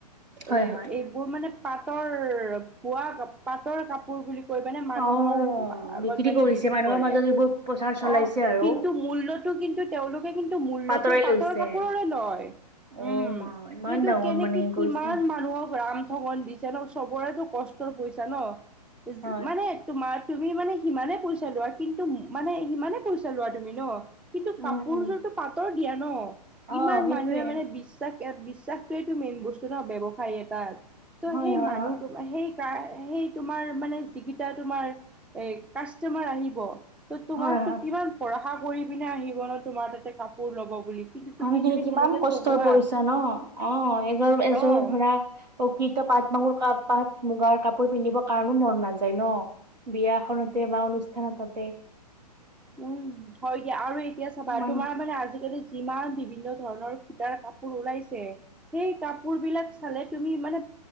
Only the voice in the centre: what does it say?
এ
এইবোৰ মানে পাটৰ পুৱা পাটৰ কাপোৰ বুলি কই মানে মানুহৰ
আগত
মানে
বিক্ৰী কৰে।
অ,
কিন্তু মূল্যতটো কিন্তু তেওঁলোকে কিন্তু মূল্যটো
পাটৰ
কাপোৰৰে লয়।
উম,
কিন্তু
কেনেকে
কিমান মানুহক ৰামঠগন দি ছে চবৰেতটো কষ্টৰ পইচা ন,
যি মানে তোমাৰ তুমি মানে সিমানে পইচা লোৱা কিন্তু মানে সিমানে পইচা লোৱা তুমি ন, কিন্তু
কাপোৰযোৰতো
পাতৰ দিয়া ন, কিমান
মানুহে মানে বি বিশ্বাস, বিশ্বাসটোৱেটো মেইন বস্তু ন ব্যৱসায় এটা ত'
সেই
মানুহ
সেই, সেই তোমাৰ মানে যিকিটা তোমাৰ এ কাষ্টমাৰ আহিব। ত' তোমাক
তো
কিমান ভৰষা কৰি পিনে আহিব ন তোমাৰ তাতে কাপোৰ ল'ব বুলি। কিন্তু তুমি
যদি
সেনেকে
ঠগোৱা
অ
উম, হয় দিয়া আৰু এতিয়া চাবা
তোমাৰ মানে আজিকালি যিমান বিভিন্ন ধৰণৰ সুটাৰ কাপোৰ ওলাইছে। সেই কাপোৰ বিলাক চালে তুমি মানে